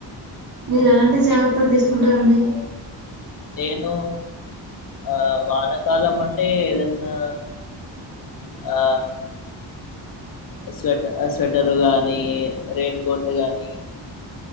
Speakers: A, on the right; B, on the left.
A: మీరు ఎలాంటి జాగ్రత్తలు తీసుకుంటారండి
B: నేను ఆ వానకాలం అంటే ఏదన్నా ఆ స్వేట్ స్వెటరు గానీ రెయిన్ కోట్ గాని